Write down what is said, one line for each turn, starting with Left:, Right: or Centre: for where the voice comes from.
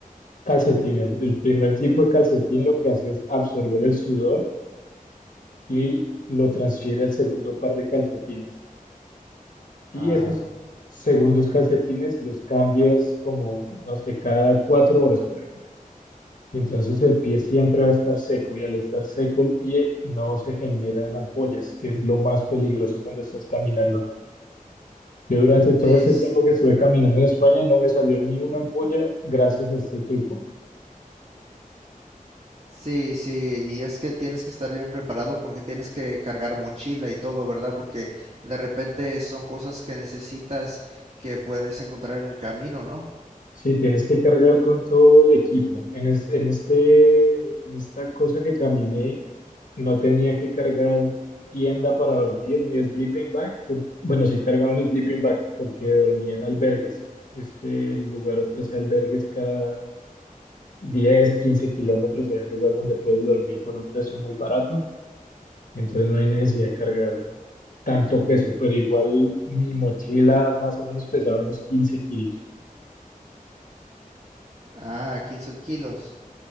Left: calcetines. El primer tipo de calcetín lo que hace es absorber el sudor y lo transfiere al segundo par de calcetines. Y
Right: Wow.
Left: esos segundos calcetines los cambias como, no sé, cada cuatro horas, por ejemplo. Y entonces el pie siempre va a estar seco y al estar seco el pie no se generan ampollas, que es lo más peligroso cuando estás caminando. Yo durante
Right: Sí,
Left: todo este
Right: s-
Left: tiempo que estuve caminando en España no me salió ni una ampolla gracias a este truco.
Right: Sí, sí, y es que tienes que estar bien preparado porque tienes que cargar mochila y todo, ¿verdad? Porque de repente son cosas que necesitas que puedes encontrar en el camino, ¿no?
Left: Sí, tienes que cargar con todo el equipo. En, es- en este, en esta cosa que caminé, no tenía que cargar tienda para dormir ni sleeping bag, porque, bueno, sí cargaba un sleeping bag porque dormía en albergues. Este lugar ofrece albergues cada 10, 15 kilómetros, hay un lugar donde puedes dormir por un precio muy barato, entonces no hay necesidad de cargar tanto peso, pero igual mi mochila más o menos pesaba unos 15 kilos.
Right: Ah, 15 kilos.